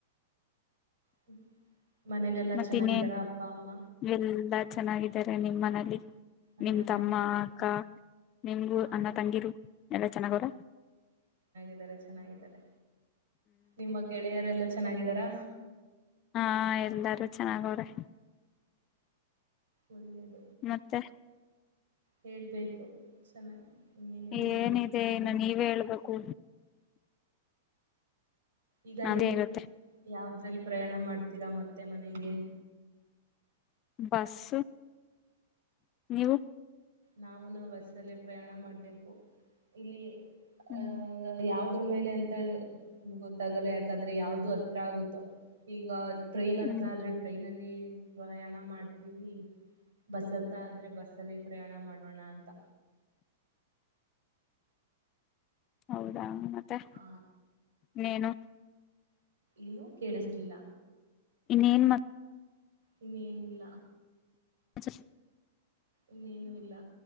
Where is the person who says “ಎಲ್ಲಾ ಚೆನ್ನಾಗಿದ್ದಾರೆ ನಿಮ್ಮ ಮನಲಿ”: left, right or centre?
Left